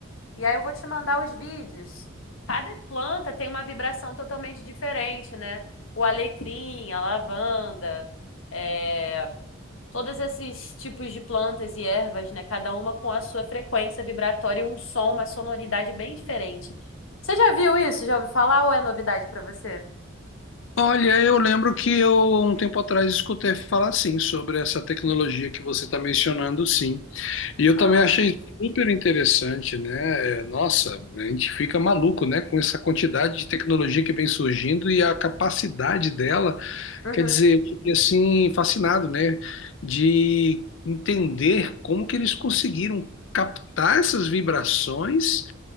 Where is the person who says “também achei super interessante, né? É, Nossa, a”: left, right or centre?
Left